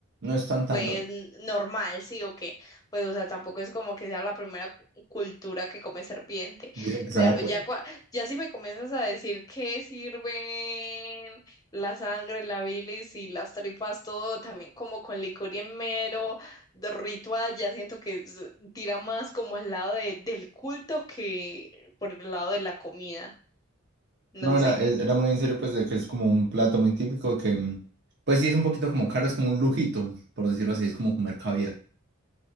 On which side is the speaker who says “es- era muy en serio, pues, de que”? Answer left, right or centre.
Right